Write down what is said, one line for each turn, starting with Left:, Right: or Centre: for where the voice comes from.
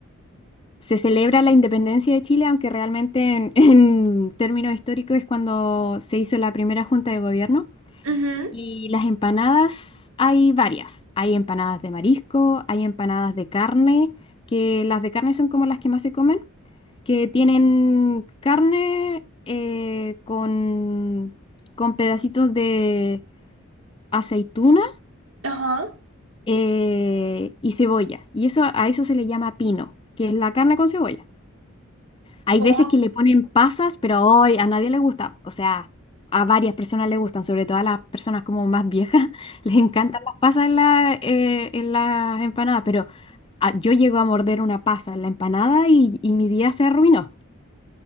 Left: se celebra la independencia de Chile, aunque realmente en, <laughs> en términos históricos es cuando se hizo la primera junta de gobierno.
Right: Ujú,
Left: Y las empanadas hay varias. Hay empanadas de marisco, hay empanadas de carne, que las de carne son como las que más se comen que tienen carne eh, con, con pedacitos de aceituna
Right: Ajá.
Left: eh, y cebolla. Y eso a eso se le llama pino, que es la carne con cebolla. Hay
Right: ¿Cómo?
Left: veces que le ponen pasas, pero hoy a nadie le gusta. O sea, a varias personas le gustan, sobre todo a las personas como más viejas, <laughs> les encantan las pasas en la, eh, en las empanadas, pero a- yo llego a morder una pasa en la empanada y, y mi día se arruinó.